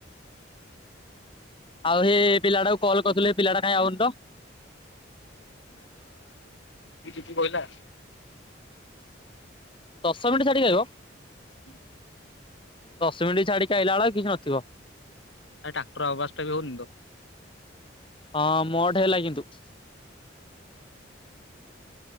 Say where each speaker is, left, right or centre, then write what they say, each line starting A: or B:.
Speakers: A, on the left (about 25°); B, on the left (about 70°).
A: ଆଉ ହେ ପିଲାଟାକୁ କଲ୍ କରୁଥୁଲେ ପିଲାଟା କାଇଁ ଆାଉନି ତ।
B: ବି କହିଲା।
A: ଦଶ ମିନଟି ଛାଡିକି ଆଇବ?
B: ହୁଁ।
A: ଦଶ ମିନଟି ଛାଡ଼ିିକି ଆଇଲାବେଳା କିଛି ନଥିବ।
B: ଆ ଟାକ୍ଟର ଆବାଜଟା ବି ହୋଉନି ତ।
A: ହଁ ମୋଠେ <inaudible>